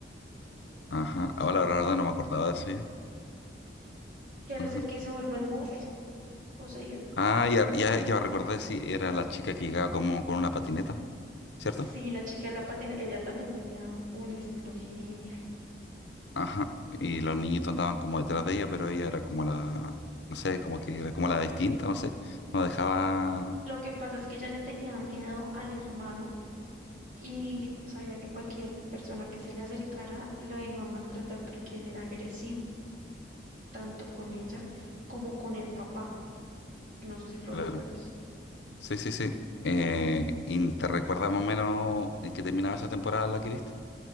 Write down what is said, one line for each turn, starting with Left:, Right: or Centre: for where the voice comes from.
Left: Ajá. Ahora la verdad no me acordaba de eso yo.
Right: que él
Left: Ajá.
Right: es el que se vuelve el monstruo poseído.
Left: Ah, ya, ya, ya recordé, sí, era la chica que llegaba como con una patineta, ¿cierto?
Right: Sí, la chica de la patina, ella también tenía un estilo genial.
Left: Ajá. Y los niñitos andaban como detrás de ella, pero ella era como la... No sé, como que era como la distinta, no sé. No dejaba...
Right: Lo que pasa es que ella le tenía miedo al hermano y sabía que cualquier persona que se le acercara la iba a maltratar porque él era agresivo, tanto con ella como con el papá. No sé si lo
Left: Claro.
Right: recuerdas.
Left: Sí, sí, sí. Eh, ¿y te recuerdas más o menos en qué terminaba esa temporada la que viste?